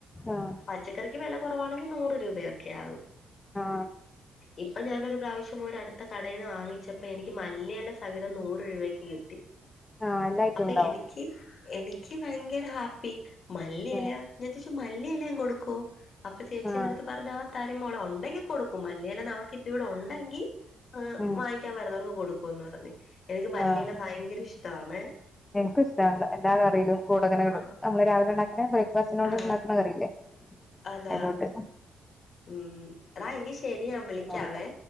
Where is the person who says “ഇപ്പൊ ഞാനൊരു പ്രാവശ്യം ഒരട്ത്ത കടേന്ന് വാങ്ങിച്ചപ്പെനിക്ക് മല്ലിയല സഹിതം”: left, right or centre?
Left